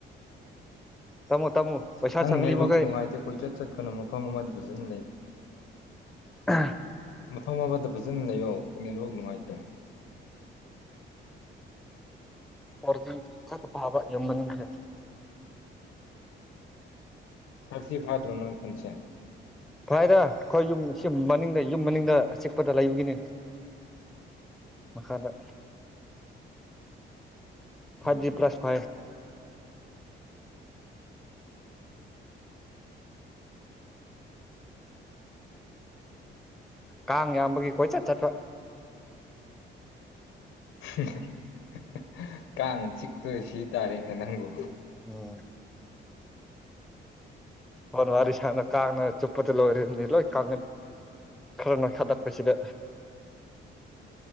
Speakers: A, in the centre; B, on the left.
A: ꯇꯝꯃꯣ ꯇꯝꯃꯣ ꯄꯩꯁꯥ
B: ꯅꯪ
A: ꯆꯪꯂꯤ
B: ꯅꯦꯠꯋꯔ꯭ꯛ
A: ꯃꯈꯩ
B: ꯅꯨꯡꯉꯥꯏꯇꯦ ꯀꯣꯏꯆꯠ ꯆꯠꯀꯅꯨ ꯃꯐꯝ ꯑꯃꯗ ꯐꯖꯅ ꯂꯩꯌꯨ
A: ꯑꯥ
B: ꯃꯐꯝ ꯑꯃꯗ ꯐꯖꯅ ꯂꯩꯌꯣ ꯅꯦꯠꯋꯔ꯭ꯛ ꯅꯨꯡꯉꯥꯏꯇꯦ
A: ꯐꯣꯔꯗꯤ ꯇꯔꯠꯇꯥ ꯄꯥꯕ ꯌꯥꯝ ꯃꯥꯅꯤꯡꯈ꯭ꯔꯦ
B: ꯁꯛꯆꯤ ꯐꯗ꯭ꯔꯣ ꯅꯣꯏ ꯈꯨꯟꯁꯦ
A: ꯐꯥꯏꯔ ꯑꯩꯈꯣꯏ ꯌꯨꯝ ꯁꯤ ꯃꯅꯤꯡꯗ ꯌꯨꯝ ꯃꯅꯤꯡꯗ ꯑꯥꯆꯤꯛꯄꯗ ꯂꯩꯕꯒꯤꯅꯦ ꯃꯈꯥꯗ ꯐꯥꯗꯤ
B: ꯎꯝ
A: ꯄ꯭ꯂꯁ ꯐꯥꯏꯌꯦ ꯀꯥꯡ ꯌꯥꯝꯕꯒꯤ ꯀꯣꯏꯆꯠ ꯆꯠꯄ
B: <unintelligible> ꯀꯥꯡꯅ ꯆꯤꯛꯄꯗ ꯁꯤ ꯇꯥꯔꯦꯅꯦ ꯅꯪꯕꯨ
A: ꯎꯝ ꯐꯣꯟ ꯋꯥꯔꯤ ꯁꯅꯥ ꯀꯥꯡꯅ ꯆꯨꯞꯄꯗ ꯂꯣꯏꯔꯅꯤ ꯂꯣꯏ ꯀꯪꯉꯥꯅꯤ ꯈꯔꯥ ꯅꯣꯢꯈꯠꯂꯛꯄꯁꯤꯗ